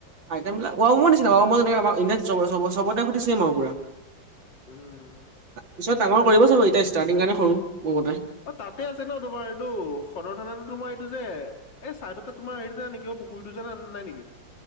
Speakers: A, on the right; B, on the left.
A: আইটেম বিলাক ৱাও মম নিচিনা, ৱাও মম যেনেকে আমাৰ ইণ্ডিয়াত চবৰ চব চবতে সেইটো ছেম আও পোৰা।
B: উম
A: পিছত ডাঙৰ কৰিব চাগৈ এতিয়া ষ্টাৰ্টিং কাৰণে সৰু মোৰ মতে।
B: অ' তাতে আছে ন তোমাৰ এইটো সদৰ থানাতো তোমাৰ এইটো যে। এই চাইডতে তোমাৰ সেইটোতে নেকি অ পুখুৰীটো যযে তাতে নাই নেকি?